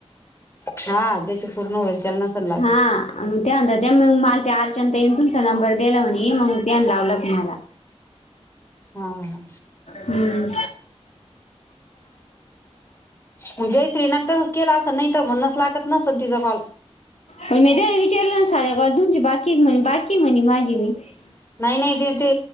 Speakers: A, on the left; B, on the left.
A: छ्या त्या्ची पूर्ण हो यल नसल लागत.
B: हा मग त्यानंतर त्या मग मला त्या आरच्यांत येन तुमचा नंबर दिला म्हणे मग त्यान लावलं तुम्हाला.
A: हा हा
B: हम्म.
A: मंगजयश्री न तसं केला अस नाही तर म्हणच लागत नसन तिचा कॉल.
B: पण मी त्याला विचारलं ना साधे तुमची बाकी एक म्हणे बाकी म्हणे माझी मीझी बिन.
A: नाही नाही त ते